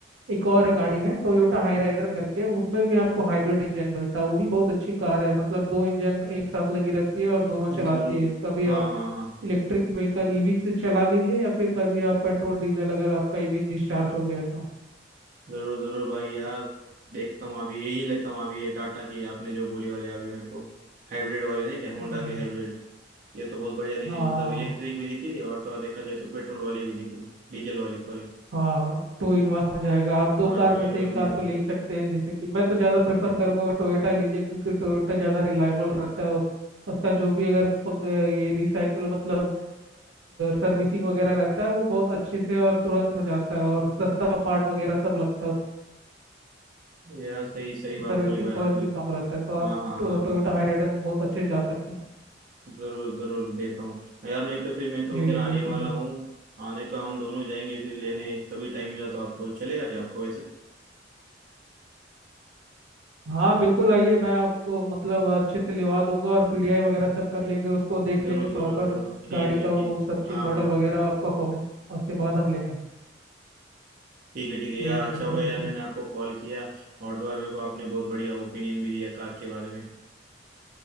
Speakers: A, on the right; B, on the right.
A: एक और है गाड़ी है टोयोटा हाई राइडर करके उसमें भी आपको हाइब्रिड इंजन मिलता है वो भी बहुत अच्छी कार है मतलब दो इंजन एक साथ लगी रहती है और दोनों चलाती
B: जरूर
A: है कभी
B: हाँ
A: आप
B: हाँ हाँ
A: इलेक्ट्रिक व्हीकल ईवी से चला लीजिए या फिर कभी आप पेट्रोल डीजल अगर आपका ईवी डिस्चार्ज हो गया है तो
B: जरूर जरूर भाई यार देखता हूँ अभी यही लेता हूँ अभी ये टाटा की आपने जो बोली वाली अभी मेरे को हाइब्रिड वाली नहीं क्या होंडा
A: जी
B: के हाइब्रिड ये तो बहुत बढ़िया दिख
A: हाँ
B: रही मतलब इलेक्ट्रिक भी दिख रही है और तो और देखा जाए तो पेट्रोल वाली भी दिख रही डीजल वाली सॉरी
A: हाँ टू इन वन हो जाएगा आप दो
B: हाँ ना
A: कार
B: टू
A: में
B: इन
A: से
B: वन
A: एक कार
B: भी है
A: तो ले ही सकते हैं जैसे कि मैं तो ज़्यादा प्रेफर करूंगा टोयोटा लीजिए क्योंकि टोयोटा ज़्यादा रिलायबल रहता है उस, उसका जो भी अगर प- ये रिसाइकल मतलब सर्विसिंग वगैरह रहता है वो बहुत अच्छे से और तुरंत हो जाता है और सस्ता पार्ट वगैरह सब लगता है
B: तो यार सही सही बात
A: सर्विसिंग
B: बोली भाई
A: कॉस्ट
B: आपने
A: भी कम रहता है तो आप
B: हाँ हाँ
A: टो,
B: हाँ
A: टोयोटा
B: हाँ हाँ
A: हाईराइडर में बहुत अच्छे से जा सकते हैं
B: जरूर जरूर देता हूँ यार नहीं तो फिर मैं तो
A: जी
B: उधर
A: जी
B: आने
A: बिल्कुल
B: वाला
A: बिल्कुल
B: हूँ हाँ नहीं तो हम दोनों जाएंगे फिर लेने कभी टाइम मिला तो आपको चलेगा क्या आपको वैसे
A: हाँ बिल्कुल आइए मैं आपको मतलब अच्छे से लिवा दूंगा और पीडीआई वगैरह सब कर लेंगे उसको देख
B: जरूर
A: लेंगे प्रॉपर
B: जरूर जरूर ठीक
A: गाड़ी
B: है
A: का
B: ठीक
A: वो
B: है।
A: सब चीज़
B: हाँ
A: मॉडल
B: हाँ हाँ
A: वगैरह और परफॉर्मेंस उसके बाद हम लेंगे
B: ठीक है ठीक है यार
A: जी जी
B: अच्छा
A: बिल्कुल
B: हो गया यार
A: बिल्कुल
B: मैंने आपको कॉल किया और द्वार मेरे को आपने बहुत बढ़िया ओपिनियन भी दिया कार के बारे में